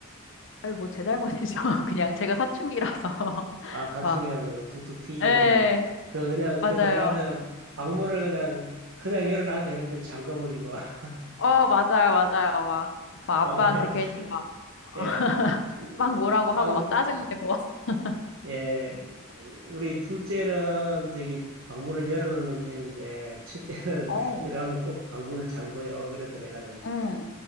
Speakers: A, on the left; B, on the right.
A: 아니, 뭐 제 잘못이죠. <laughs> 그냥 제가 사춘기라서. <laughs>
B: 아, 사춘기라서
A: 막,
B: 툭툭 튀기고,
A: 에,
B: 뭐. 그, 그냥,
A: 맞아요.
B: 그 들어가서 방문을 그냥, 그냥 열어놔도 되는데 잠가버리고. <laughs>
A: 어, 맞아요, 맞아요. 막, 막
B: 맞아요.
A: 아빠한테 괜히 막, <laughs>
B: 예. 음,
A: 막 뭐라고
B: 아우,
A: 하고 막 짜증내고. <laughs>
B: 예. 우리 둘째는 저기 방문을 열어놓는 편인데, 첫째는
A: 어.
B: <laughs> 들어가면 꼭 방문을 잠궈요. 그래서 내가 좀,
A: 응,